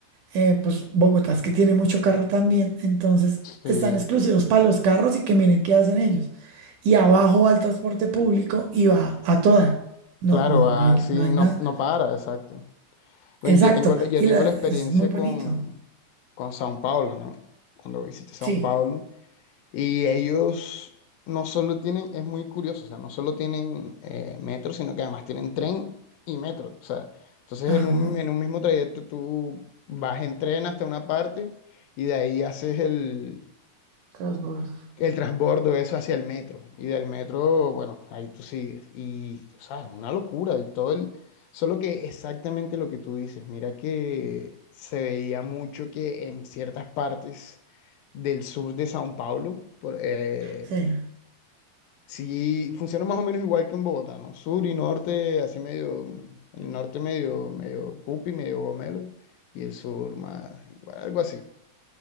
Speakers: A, on the right; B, on the left.
A: eh, pues Bogotá es que tiene mucho carro también, entonces
B: sí,
A: están exclusivos para los carros y que miren qué hacen ellos. Y abajo va el transporte público y va a toda. No,
B: claro,
A: no,
B: así
A: no hay, no hay
B: no,
A: nada.
B: no para, exacto. Bueno,
A: Exacto,
B: yo tengo, la- yo
A: y
B: tengo
A: la-
B: la
A: es
B: experiencia
A: muy bonito.
B: con, con Sao Paulo, ¿no? Cuando visité Sao
A: Sí,
B: Paulo. Y ellos no solo tienen, es muy curioso, o sea, no solo tienen eh, metro, sino que además tienen tren y metro. O sea, entonces
A: ajá.
B: en un, en un mismo trayecto tú vas en tren hasta una parte y de ahí haces el,
A: Transbordo.
B: el transbordo eso hacia el metro. Y del metro, bueno, ahí tú sigues. Y, o sea, es una locura. Y todo el, solo que exactamente lo que tú dices, mira que se veía mucho que en ciertas partes del sur de Sao Paulo, por, eh,
A: Sí,
B: Sí, funciona más o menos igual que en Bogotá, ¿no? Sur y norte, así medio, el norte medio, medio pupi, medio gomelo, y el sur más, igual, algo así.